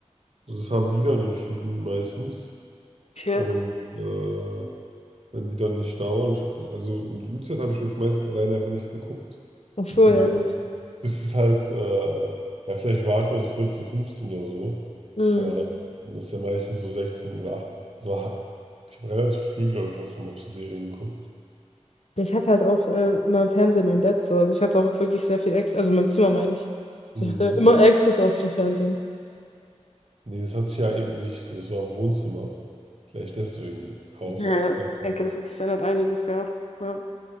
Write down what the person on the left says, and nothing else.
Okay.
Ach so,
ja
gut.
Mhm.
Ich hatte halt auch äh, immer im Fernsehen mein Bett so. Also ich hatte auch wirklich sehr viel Access, also mein Zimmer meine ich.
Also ich hatte immer Access auch zum Fernsehen.
Ja, ja.
Ich denke, das, ist- das ändert einiges, ja. Ja.